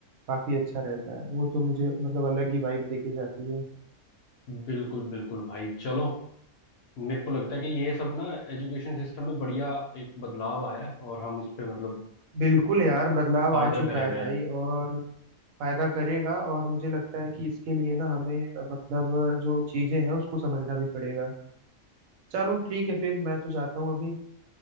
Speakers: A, on the right; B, on the left.
A: काफी अच्छा रहता है वो तो मुझे मतलब अलग ही वाइब देके जाती है
B: बिल्कुल बिल्कुल भाई चलो मेरे को लगता है कि ये सब ना एजुकेशन सिस्टम में बढ़िया एक बदलाव आया है और हम इस पे मतलब
A: बिल्कुल यार बदलाव
B: फायदा
A: आ चुका
B: करे
A: है
B: गए
A: भाई और फायदा करेगा और मुझे लगता है कि इसके लिए ना हमें मतलब जो चीजें हैं उसको समझना भी पड़ेगा चलो ठीक है फिर मैं तो जाता हूँ अभी